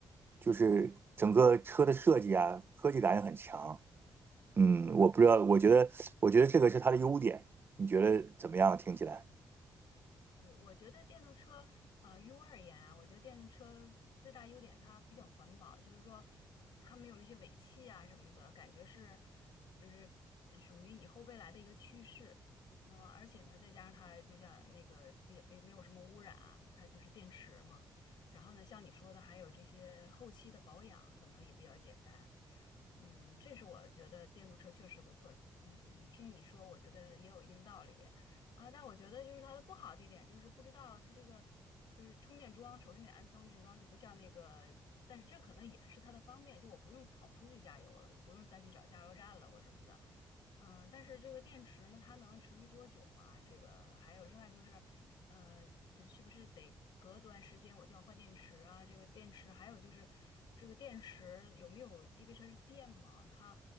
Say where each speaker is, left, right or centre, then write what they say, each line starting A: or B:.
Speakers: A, on the right; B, on the left.
A: 就是整个车的设计啊，科技感也很强。嗯，我不知道，我觉得，我觉得这个是它的优点。你觉得怎么样？听起来？
B: 我觉得电动车，呃，于我而言啊，我觉得电动车最大优点它比较环保，就是说它没有那些尾气啊什么的，感觉是就是呃属于以后未来的一个趋势。那么而且呢，再加上它就像那个别没没有什么污染啊，它就是电池嘛。然后呢，像你说的，还有这些后期的保养可能也比较简单。嗯，这是我觉得电动车确实不错。嗯，听你说，我觉得也有一定道理。啊，但我觉得就是它的不好的一点就是不知道它这个就是充电桩，首先得安充电桩，就不像那个，但是这可能也是它的方便，就我不用跑出去加油了，就不用再去找加油站了或什么的。嗯，但是这个电池呢，它能持续多久啊？这个还有另外就是，呃，是不是得隔段时间我就要换电池啊？这个电池还有就是，这个电池有没有，因为它是电嘛，它